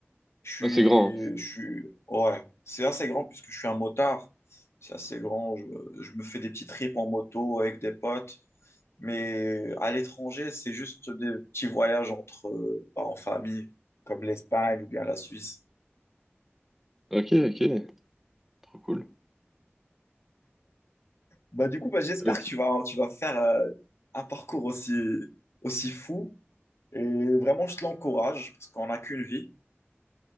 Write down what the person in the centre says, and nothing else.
Ah, c'est grand,
hein. Ok, ok, trop
cool.